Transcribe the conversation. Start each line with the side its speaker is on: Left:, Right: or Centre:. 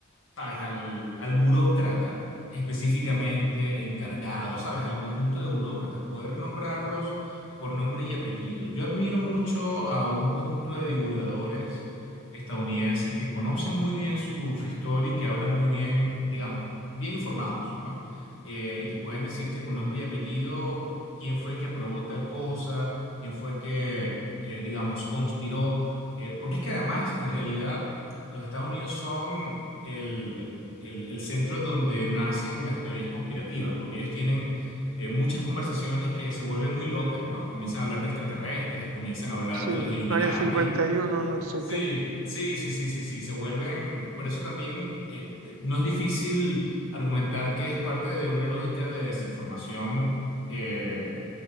Left: ¿sabes? Al, al burócrata específicamente encargado, ¿sabes? Al conjunto de burócratas, poder nombrarlos por nombre y apellido. Yo admiro mucho a un conjunto de divulgadores estadounidenses que conocen muy bien su, su historia y que hablan muy bien, digamos, bien informados, ¿no? Eh, y que pueden decirte con nombre y apellido quién fue que aprobó tal cosa, quién fue que, eh, digamos, conspiró. Eh, porque es que además, en realidad, los Estados Unidos son el, el- el centro donde nacen las teorías conspirativas, porque ellos tienen eh, muchas conversaciones que se vuelven muy locas, ¿no? Comienzan a hablar de extraterrestres, comienzan a hablar
Right: Sí,
Left: de los Illuminati,
Right: Área 51, no sé
Left: Sí,
Right: qué.
Left: sí, sí, sí, sí, sí, se vuelven, por eso también eh, no es difícil argumentar que es parte de una lógica de desinformación, eh,